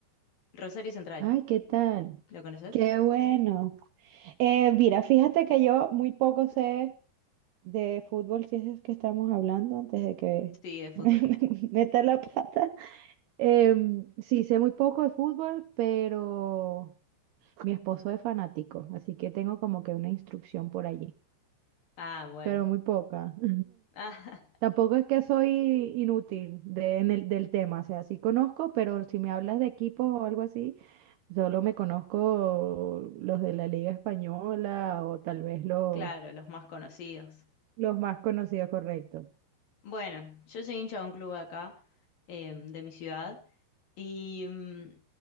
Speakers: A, on the left; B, on the right.
A: Rosario Central.
B: Ay, ¿qué tal?
A: ¿Lo conoces?
B: Qué bueno. Eh, mira, fíjate que yo muy poco sé de fútbol, si es que estamos hablando antes de que
A: Sí, de fútbol.
B: <laughs> meta la pata. Em, sí, sé muy poco de fútbol, pero mi esposo es fanático, así que tengo como que una instrucción por allí,
A: Ah, bueno.
B: pero muy
A: <laughs>
B: poca. <laughs>
A: Ah,
B: Tampoco es que soy inútil de, en el, del tema, o sea, sí conozco, pero si me hablas de equipos o algo así, solo me conozco los de la Liga Española o tal vez los,
A: claro, los más conocidos.
B: los más conocidos, correcto.
A: Bueno, yo soy hincha de un club acá, eh, de mi ciudad, y, mm,